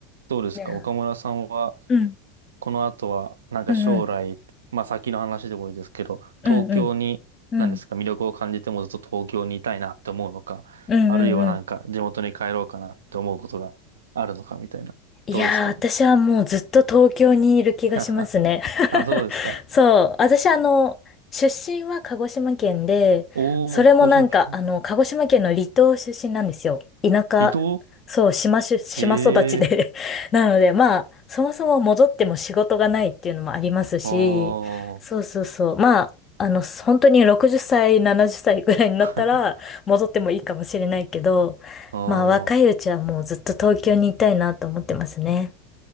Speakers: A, on the right; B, on the left.
A: どうですか岡村さんは、
B: いや。うん。
A: この後は、なんか将来、
B: うんうん。
A: まあ先の話でもいいですけど、
B: うんう
A: 東京に、
B: ん。うん。
A: なんですか、魅力を感じてもずっと東京にいたいなって思うのか、
B: うんうんうん。
A: あるいはなんか地元に帰ろうかなって思うことがあるのかみたいな。
B: いやー、
A: どうですかね。
B: 私はもうずっと東京にいる気がしますね。
A: <laughs> あ、そうですか。
B: <laughs> そう、私あの、出身は鹿児島県で、
A: おー、
B: それもなんか、
A: 鹿児島県、
B: あの、鹿児島県の離島出身なんですよ。田舎、
A: 離島
B: そう、島出、島育ちで
A: ええ
B: <laughs> なので、まあ、そもそも戻っても仕事がないっていうのもありますし、
A: ー、あ
B: そうそうそう。
A: ー、
B: まあ、あの、本当に60歳、70歳ぐらいになったら戻ってもいいかもしれないけど、
A: <laughs> あ
B: まあ若いうちはもうずっと東京にいたいなと思ってますね。
A: ー。